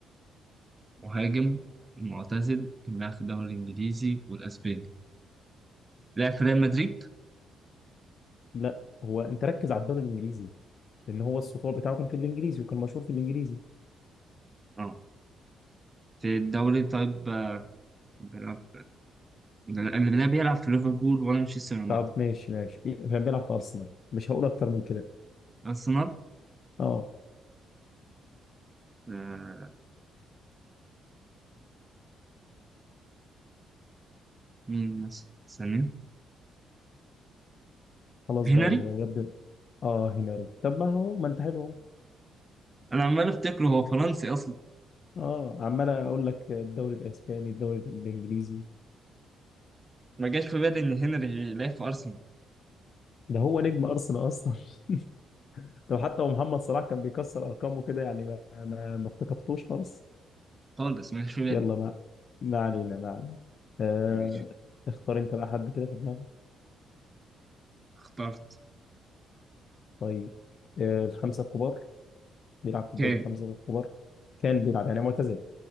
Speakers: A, on the right; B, on the left.
A: مهاجم معتزل كان بيلعب في الدوري الإنجليزي والأسباني لعب في ريال مدريد
B: لا هو انت ركز على الدوري الانجليزي لان هو السطور بتاعه كان في الانجليزي وكان مشهور في الانجليزي
A: اه في الدوري طيب آه، بيلعب اللي بيلعب في ليفربول ولا مانشستر يونايتد
B: طب ماشي ماشي كان بيلعب في ارسنال مش هقول اكتر من كده
A: أرسنال
B: اه
A: آه مين مثلا ثانية
B: خلاص
A: هنري
B: بقى اللي يبدو اه هنري طب ما هو ما انت حلو اهو
A: انا عمال افتكره هو فرنسي اصلا
B: اه عمال اقول لك الدوري الاسباني الدوري الانجليزي
A: ما جاش في بالي ان هنري يلعب في ارسنال
B: ده هو نجم ارسنال اصلا <laughs> لو حتى هو محمد صلاح كان بيكسر ارقامه كده يعني ما ما ما افتكرتوش خالص
A: خالص ما جاش في بالي
B: يلا ما ما علينا ما علينا آه...
A: ماشي
B: اختار انت بقى حد كده في دماغك
A: اخترت
B: طيب آه... الخمسة الكبار بيلعب في الدوري
A: كان
B: الخمسة الكبار كان بيلعب يعني معتزل